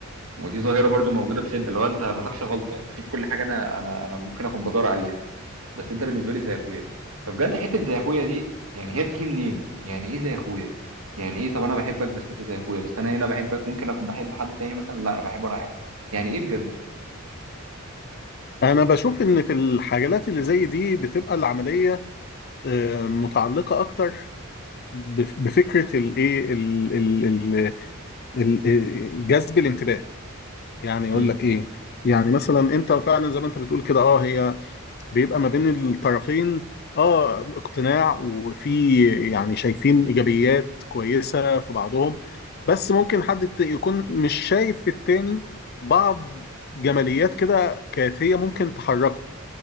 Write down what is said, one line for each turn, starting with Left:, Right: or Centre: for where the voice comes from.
Right: ودي ظاهره برضو موجوده بشده لو انت ما فيكش غلطه انت فيك كل حاجه انا انا انا ممكن اكون بدور عليها بس انت بالنسبه لي زي اخويا فبجد حته زي اخويا دي يعني هي بتيجي منين يعني ايه زي اخويا يعني ايه طب انا بحبك بس انت زي اخويا بس انا هنا بحبك ممكن اكون بحب حد تاني مثلا لا انا بحبه انا عادي. يعني ايه بجد
Left: انا بشوف ان في الحاجات اللي زي دي بتبقى العمليه آه، متعلقه اكتر بف- بفكره الايه ال- ال- ال- ال- جذب الانتباه يعني يقول
Right: مم.
Left: لك ايه يعني مثلا انت فعلا زي ما انت بتقول كده اه هي بيبقى ما بين الطرفين اه اقتناع وفي يعني شايفين ايجابيات كويسه في بعضهم بس ممكن حد الت- يكون مش شايف في التاني بعض جماليات كده كانت هي ممكن تحركه